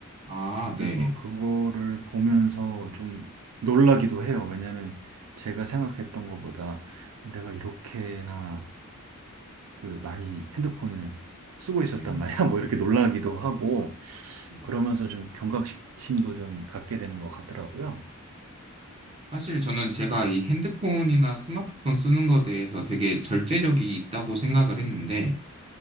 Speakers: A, on the right; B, on the right.
A: 아,
B: 그래서
A: 네.
B: 그거를 보면서 좀 놀라기도 해요. 왜냐면 제가 생각했던
A: 음,
B: 것보다 내가 이렇게나 그 많이
A: 음, 음.
B: 핸드폰을 쓰고 있었단
A: 네.
B: 말이야. <laughs> 뭐 이렇게 놀라기도 하고
A: 네.
B: 그러면서 좀 경각심도 좀 갖게 되는 것 같더라고요.
A: 음. 사실 저는 제가 이 핸드폰이나 스마트폰 쓰는 거에 대해서 되게 절제력이 있다고 생각을 했는데